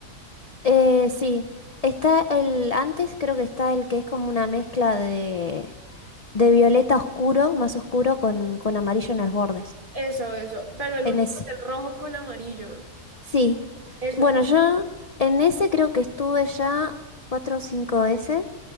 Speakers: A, on the left (about 40°); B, on the right (about 35°).
A: Eh, sí. Está el. Antes creo que está el que es como una mezcla de. de violeta oscuro, más oscuro, con, con amarillo en los bordes.
B: Eso, eso, pero el
A: En
B: último
A: ese.
B: es el rojo con amarillo.
A: Sí.
B: Eso,
A: Bueno, yo en ese creo que estuve ya cuatro o cinco veces.